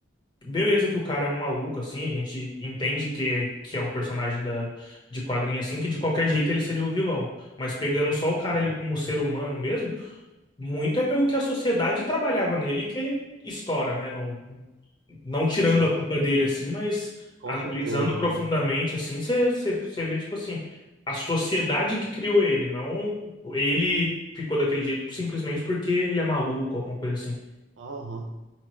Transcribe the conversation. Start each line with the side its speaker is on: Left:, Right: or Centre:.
Left: Beleza que o cara é um maluco, assim, a gente entende que é, que é um personagem da, de quadrinho, assim, que de qualquer jeito ele seria o vilão. Mas pegando só o cara
Right: Aham,
Left: ali como ser humano mesmo, muito é pelo que a sociedade trabalhava nele que ele estoura, né? Não, não tirando
Right: exato.
Left: a culpa dele, assim, mas
Right: Com
Left: analisando
Right: certeza.
Left: profundamente,
Right: né?
Left: assim, você vê, tipo assim, a sociedade que criou ele, não ele ficou daquele jeito simplesmente porque ele é maluco, alguma coisa assim.
Right: Aham.